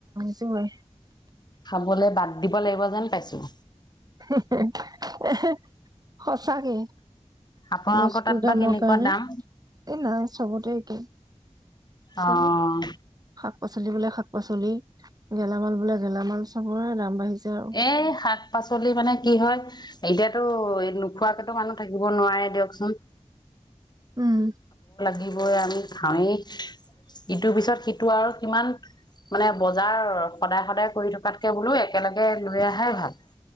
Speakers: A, on the right; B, on the left.
A: টোৱে
B: খাবলৈ বাদ দিব লাগিব যেন পাইছোঁ।
A: হিঁ হিঁ, এহে সঁচাকে।
B: আপোনালোকৰ
A: বস্তু
B: তাত
A: দামৰ
B: বা কেনেকুৱা
A: কাৰনে,
B: দাম?
A: এই নাই চবতে একেই চবতে
B: অ'
A: শাক পাচলি বোলে শাক পাচলি, গেলামাল বোলে গেলামাল চবৰে দাম বাঢ়িছে আৰু।
B: এ শাক পাচলি মানে কি হয় <unintelligible> তো এই নোখোৱাকেতো মানুহ থাকিব নোৱাৰে দিয়কচোন।
A: উম।
B: এইবোৰ আমি খাওঁৱেই ইটোৰ পিছত সিটো আৰু কিমান মানে বজাৰ সদায়-সদায় কৰি থকাতকে বোলো একেলগে লৈ আহাই ভাল।